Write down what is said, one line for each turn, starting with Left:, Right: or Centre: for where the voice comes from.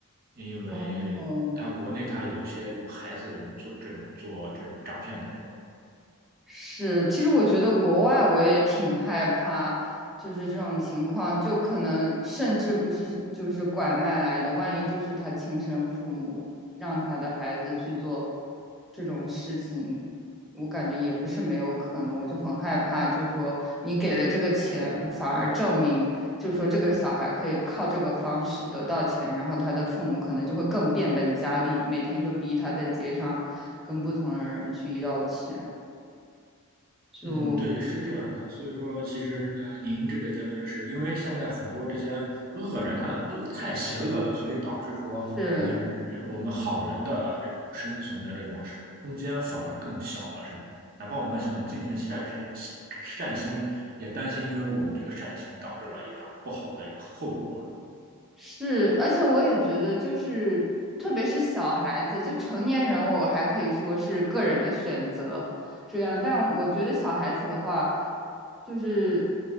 Right: 因为他国内他有一些用孩子用做这种做这种诈骗的这种。
Centre: 哦。是，其实我觉得国外我也挺害怕，就是这种情况，就可能甚至不是就是拐卖来的，万一就是他亲生父母让他的孩子去做这种事情，我感觉也不是没有可能，我就很害怕，就是说你给了这个钱，反而证明就是说这个小孩可以靠这个方式得到钱，然后他的父母可能就会更变本加厉，每天就逼他在街上跟不同的人去要钱。就
Right: 嗯，对，是这样的。所以说，其实呃，您这个结论就是因为现在很多这些恶人他恶太邪恶了，所以导致说我们呃我们好人的这种生存的这种空间反而更小了，
Centre: 是
Right: 是吗？哪怕我们想尽份善心，善心也担心，因为我们这个善心导致了一场不好的后果。
Centre: 是，而且我也觉得，就是特别是小孩子，就成年人，我还可以说是个人的选择这样，但我觉得小孩子的话，就是